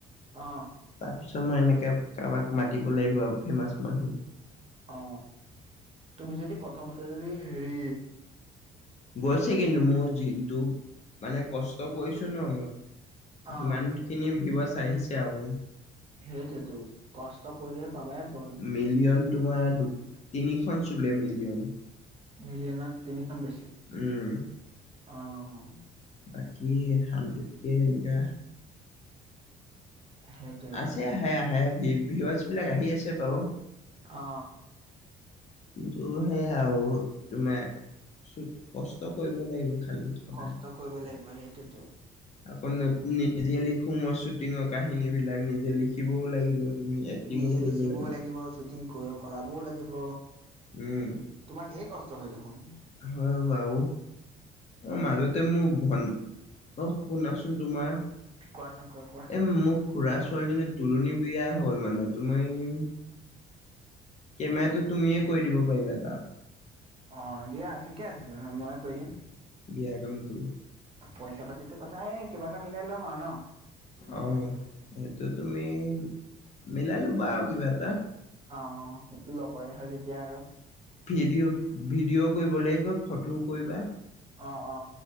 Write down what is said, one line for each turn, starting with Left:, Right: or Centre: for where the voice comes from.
Right: অ।
Left: তাৰ পিছত মই এনেকে কাৰোবাক মাতিব লাগিব আৰু ফেমাচ মানুহ।
Right: অ, তুমি যদি প্ৰথমতে যদি হেৰি
Left: গৈছে কিন্তু মোৰ যিটো মানে কষ্ট কৰিছো ন
Right: অ',
Left: সিমানখিনি ভিউছ আহিছে আৰু।
Right: সেইটেতো কষ্ট কৰিলে পাবাই ফল।
Left: মিলিয়ন তোমাৰ দু তিনিখন চুলে মিলিয়ন।
Right: মিলিয়নত তিনিখন বেছি।
Left: উম।
Right: অঁ।
Left: বাকী হাড্ৰেড কে এনেকা
Right: সেইটোৱেতো
Left: আছে আহে আহে ভ ভিছ বিলাক আহি আছে বাৰু।
Right: অ
Left: কিন্তু সেইয়াও তোমা চ কষ্ট কৰিব লাগিব খালি। সদায়
Right: কষ্ট কৰিব লাগিব সেইটোতো।
Left: আকৌ নিজে লিখো মই শ্বুটিঙৰ কাহিনী বিলাক নিজে লিখিবও লাগিব। তুমি এক্টিঙো
Right: নিজে
Left: কৰিব
Right: লিখিবও
Left: লাগে
Right: লাগিব শ্বুটিং কৰাবও লাগিব।
Left: উম।
Right: তোমাৰ ধেই কষ্ট হয় দেখোন।
Left: হয় বাওঁ। অ, মাজতে মোৰ ভন অ শুনাচোন তোমাৰ এ,
Right: কোৱাচোন কোৱা কোৱা
Left: মোৰ খুৰা ছোৱালীজনীৰ তুলনী বিয়া হ'ল মানে তোমি মানে তুমিয়ে কৈ দিব পাৰিবা তাত।
Right: অ দিয়া ঠিকে আছে মই কৈ দিম।
Left: বিয়া কামটো।
Right: পইচা পাতিটো কথা এ কিবা এটা মিলাই ল'ম আৰু ন।
Left: অ সেইটো তুমি মিলাই ল'বা আৰু কিবা এটা।
Right: অ লগৰে হয় যেতিয়া আৰু।
Left: ভিডিঅ' ভিডিঅ' কৰিব লাগিব ফটোও কৰিবা
Right: অ অ